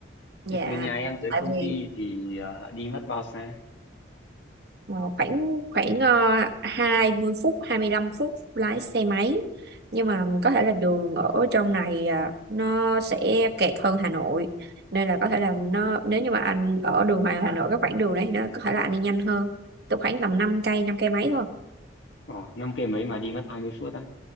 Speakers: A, on the right; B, on the left.
A: dạ
B: Thì từ nhà em tới
A: tại
B: công
A: vì
B: ty thì ờ, đi mất bao xa?
A: ờ, khoảng khoảng uh, 20 phút 25 phút lái xe máy nhưng mà có thể là đường ở trong này à, nó sẽ kẹt hơn Hà Nội nên là có thể là nó nếu như mà anh ở đường Hoàng Hà Nội cái khoảng đường đấy thì nó có thể là anh đi nhanh hơn Tức khoảng tầm năm cây 5 cây mấy thôi
B: Ồ, năm cây mấy mà đi mất 20 phút á.